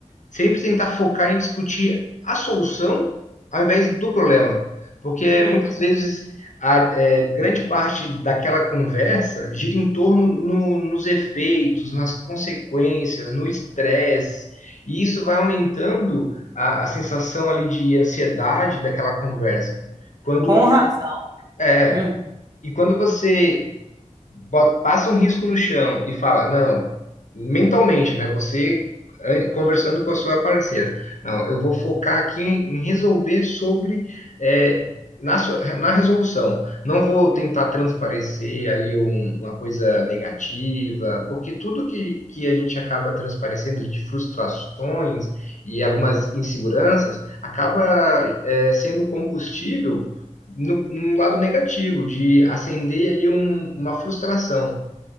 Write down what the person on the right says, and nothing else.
Uhum.
Com razão.
Uhum.